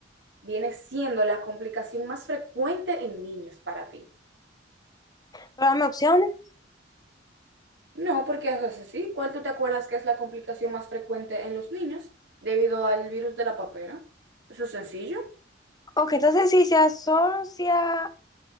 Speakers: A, on the right; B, on the left.
A: viene siendo la complicación más frecuente en niños para ti?
B: Pero dame opciones.
A: No, porque eso es así. ¿Cuál tú te acuerdas que es la complicación más frecuente en los niños debido al virus de la papera? Eso es sencillo.
B: Ok, entonces si se asocia